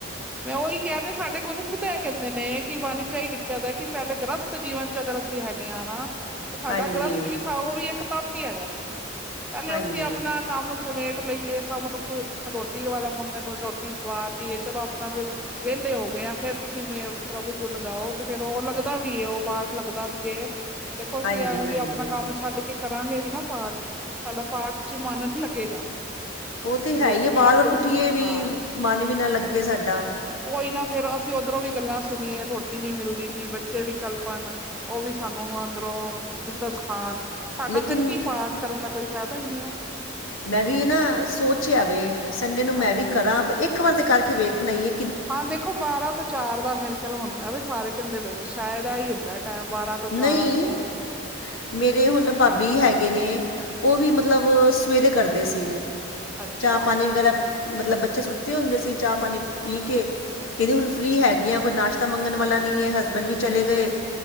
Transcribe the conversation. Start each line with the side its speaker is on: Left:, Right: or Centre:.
Centre: ਮੈਂ ਉਹੀ ਕਹਿ ਦੇ ਸਾਡੇ ਗੁਰੂ ਖੁਦ ਐ ਕਹਿੰਦੇ ਨੇ ਕਿ ਵਾਨੀ ਚਾ ਹੀ ਲਿਖਿਆ ਦਾ ਕਿ ਪਹਿਲੇ ਗ੍ਰਸਤ ਜੀਵਨ ਚ ਅਗਰ ਅਸੀਂ ਹੈਗੇ ਹਾਂ ਨਾ ਤੇ ਸਾਡਾ
Left: ਹਾਂਜੀ
Centre: ਗ੍ਰਸਤ ਵੀ ਉਹ ਵੀ ਇੱਕ ਤਪ ਹੀ ਹੈਗਾ ਵੇ, ਪਹਿਲੇ
Left: ਹਾਂਜੀ
Centre: ਉੱਥੇ ਆਪਣਾ ਕੰਮ ਸਮੇਟ ਲਈਏ, ਸਭ ਨੂੰ ਰੋਟੀ ਵਾਲਾ ਮੰਗਣ ਨੂੰ ਰੋਟੀ ਖਵਾ ਤੀ ਚਲੋ। ਆਪ ਵੀ ਵਿਹਲੇ ਹੋ ਗਏ ਆ, ਫੇਰ ਤੁਸੀ ਪ੍ਰਭੂ ਗੁਣ ਗਓ ਤੇ ਫੇਰ ਉਹ ਲੱਗਦਾ ਵੀ ਏ, ਉਹ ਪਾਠ ਲੱਗਦਾ ਵੀ ਏ। ਦੇਖੋ ਅਸੀਂ
Left: ਹਾਂਜੀ
Centre: ਐਵੇਂ
Left: ਹਾਂਜੀ
Centre: ਦੀ ਆਪਣਾ ਕੰਮ ਛੱਡ ਕੇ ਕੇ ਕਰਾਂਗੇ ਵੀ ਨਾ ਪਾਠ, ਸਾਡਾ ਪਾਠ ਚ ਮਨ ਨੀ ਲੱਗੇਗਾ।
Left: ਉਹ
Centre: ਤੁਸੀਂ
Left: ਤੇ ਹੈ ਏ, ਵਾਰ-ਵਾਰ
Centre: ਸ਼ੱਕ
Left: ਉੱਠੀਏ ਵੀ
Centre: ਹਾਂ
Left: ਮਨ ਵੀ ਨਾ ਲੱਗੇ ਸਾਡਾ।
Centre: ਉਈ ਨਾ ਫੇਰ ਅਸੀਂ ਉੱਧਰੋਂ ਵੀ ਗੱਲਾਂ ਸੁਣੀਏ, ਰੋਟੀ ਨੀ ਮਿਲਦੀ ਪਈ, ਬੱਚੇ ਵੀ ਕਲਪਨ ਉਹ ਵੀ ਸਾਨੂੰ ਅੰਦਰੋਂ ਖੁੰਦਸ ਖਾਣ ਸਾਡਾ
Left: ਲੇਕਿਨ
Centre: ਫਿਰ ਕੀ ਪਾਠ ਕਰਨ ਦਾ ਕੋਈ ਫ਼ਾਇਦਾ ਹੀ ਨਈ ਏ।
Left: ਮੈਂ ਵੀ ਨਾ ਸੋਚ ਆਵੇ, ਸੰਡੇ ਨੂੰ
Centre: ਹਾਂਜੀ
Left: ਮੈਂ ਵੀ ਕਰਾਂ ਇੱਕ ਵਾਰ ਤਾਂ ਕਰਕੇ ਵੇਖਣਾ ਈ ਐ।
Centre: ਹਾਂ ਦੇਖੋ ਬਾਰਾਂ ਤੋਂ ਚਾਰ ਦਾ ਮੇਰੇ ਖਿਆਲ ਹੁੰਦਾ ਵੇ, ਸਾਰੇ ਕਹਿੰਦੇ ਪਏ ਨੇ ਸ਼ਾਇਦ ਆ ਹੀ ਹੁੰਦਾ ਏ ਟਾਈਮ ਬਾਰਾਂ ਤੋਂ
Left: ਨਹੀਂ,
Centre: ਚਾਰ ਜਿਵੇਂ ਕਹਿੰਦੇ ਨੇ।
Left: ਮੇਰੇ ਹੁਣ
Centre: ਅੱਛਾ
Left: ਭਾਬੀ ਹੈਗੇ ਹੈਗੇ ਨੇ ਉਹ ਵੀ ਮਤਲਬ ਸਵੇਰੇ ਕਰਦੇ ਸੀ।
Centre: ਅੱਛਾ
Left: ਚਾਹ ਪਾਣੀ ਵਗੈਰਾ ਪੀ ਮਤਲਬ ਬੱਚੇ ਸੁੱਤੇ ਹੁੰਦੇ ਸੀ, ਚਾਹ ਪਾਣੀ ਪੀ ਕੇ ਕਹਿੰਦੀ ਹੁਣ ਫਰੀ ਹੈਗੀਆਂ ਕੋਈ ਨਾਸ਼ਤਾ ਮੰਗਣ ਵਾਲਾ ਨਹੀਂ ਐ। ਹਸਬੈਂਡ ਵੀ ਚਲੇ ਗਏ।